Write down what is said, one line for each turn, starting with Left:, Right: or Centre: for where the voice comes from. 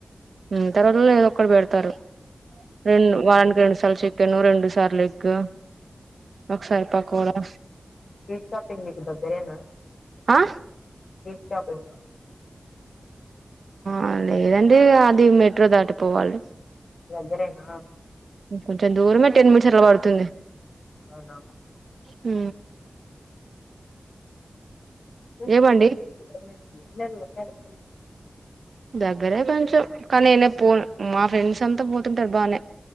Right: ఉ తర్వాత ఏదో ఒకటి పెడతారు రెండు వానికి రెండు రెండు సార్లు చికెన్ రెండుసార్లు ఎగ్ ఒకసారి పకోడా
Left: స్ట్రీట్ షాపింగ్ మీకు దగ్గరేనా
Right: ఆ
Left: స్ట్రీట్ షాపింగ్
Right: ఆ లేదండి అది మెట్రో దాటిపోవాలి
Left: దగ్గరేనా
Right: కొంచెం దూరమే టెన్ మినిట్స్ అట్లా పడుతుంది
Left: అవునా
Right: హ
Left: ఉంటే కొంచెం
Right: ఏమండి
Left: <unintelligible> ఏం లేదు ఊరికే అడుగుతున్నా
Right: దగ్గరే కొంచెం కానీ నేనే పోను మా ఫ్రెండ్స్ సంత పోతుంటారు బానే